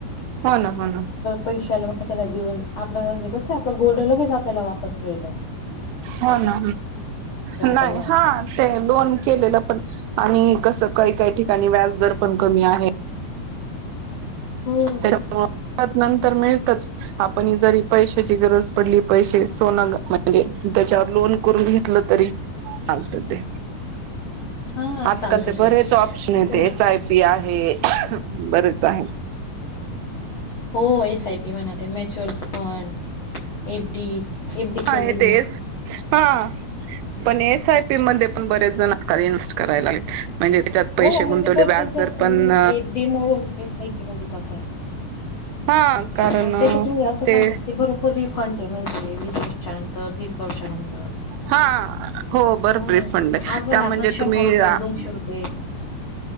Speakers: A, on the right; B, on the left.
A: हो ना हो ना
B: पैशाला त्यांना देऊन आपलं म्हणजे कसं आपलं गोल्ड लगेच आपल्याला वापस मिळत.
A: हो ना नाही
B: पण म्हणा
A: हा ते लोन केलेलं पण आणि कस काही काही ठिकाणी व्याज दर पण कमी आहे.
B: हो
A: तर मग नंतर मिळतच आपण जरी पैशाची गरज पडली पैसे सोनं ग म्हणजे त्याच्यावर लोन करून घेतलं तरी चालतं ते,
B: हा
A: आजकाल
B: चालतं
A: ते बरेच ऑप्शन आहेत.
B: कसं म्हणजे
A: एस आय पी आ हे बरेच आहे.
B: हो एस आय पी म्हणाते mutual fund, F D F D केलेली
A: हा येतेच हा पण एस आय पी मध्ये पण बरेच जण इन्वेस्ट कराय लागलेत. म्हणजे त्याच्यात पैसे
B: हो
A: गुंतवले
B: म्हणजे भरपूर
A: व्याजदर
B: जण
A: पण
B: एफ डी मोडून एस आय पी मध्ये जात आहे.
A: हा कारण
B: त्याच्यात म्हणजे असं
A: ते
B: सांगतात की बरोबर रिफंड आहे म्हणजे, वीस वर्षानंतर तीस वर्षानंतर
A: हा हो भरपूर
B: आज
A: फंड आहे
B: पण
A: त्या
B: आपल्याला
A: म्हणजे
B: शंभर
A: तुम्ही
B: रुप ये, दोनशे रूपये